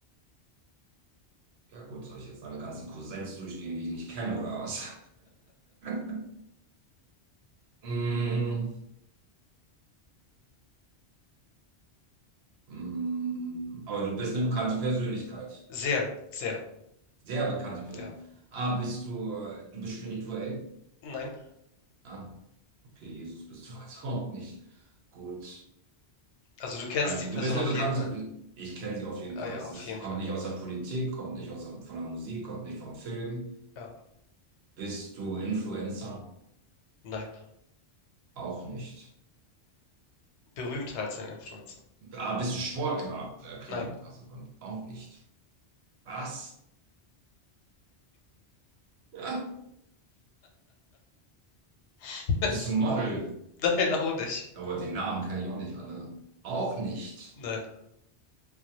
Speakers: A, on the right (about 70°); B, on the left (about 80°).
A: Ja gut, soll ich jetzt meine ganzen Cousins durchgehen, die ich nicht kenne oder was? <laughs> Mm, mm, aber du bist eine bekannte Persönlichkeit.
B: sehr, sehr,
A: Sehr bekannte Persönlichkeit.
B: ja.
A: Ah, bist du, äh, du bist spirituell?
B: Nein,
A: Ah, okay, Jesus bist du <laughs> also auch nicht. Gut.
B: also du kennst
A: Also
B: die Person
A: du bist
B: auf
A: eine bekannte,
B: jeden Fall.
A: ich kenne sie auf jeden
B: Ah,
A: Fall.
B: ja,
A: Es
B: auf
A: ist,
B: jeden
A: kommt
B: Fall.
A: nicht aus der Politik, kommt nicht aus der, von der Musik, kommt nicht vom Film.
B: Ja,
A: Bist du Influencer?
B: nein.
A: Auch nicht.
B: Berühmter als ein Influencer.
A: Ah, bist du Sportler? Ja klar,
B: Nein.
A: das aber auch nicht. Was? Ja,
B: <laughs>
A: bist du Model?
B: Nein, auch nicht.
A: Aber die Namen kenne ich auch nicht alle. Auch nicht.
B: Nein.